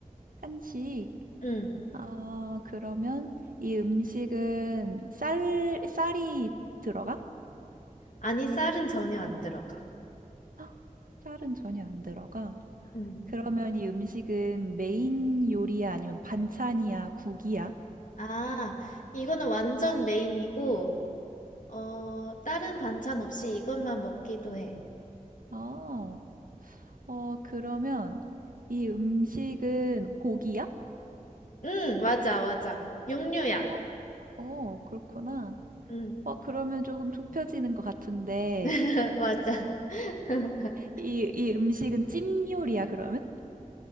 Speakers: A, on the right; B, on the left.
A: 한식.
B: 응.
A: 아, 그러면 이 음식은 쌀, 쌀이 들어가?
B: 아니, 쌀은 전혀 안 들어가.
A: 헉, 쌀은 전혀 안 들어가.
B: 응.
A: 그러면 이 음식은 메인 요리야 아니면 반찬이야, 국이야?
B: 아, 이거는 완전 메인이고 어, 다른 반찬 없이 이것만 먹기도 해.
A: 어, 어, 그러면 이 음식은 고기야?
B: 응, 맞아, 맞아. 육류야.
A: 아, 어, 그렇구나.
B: 응,
A: 어, 그러면 조금 좁혀지는 것 같은데,
B: <laughs> 맞아. <laughs>
A: 이, 이 음식은 찜 요리야, 그러면?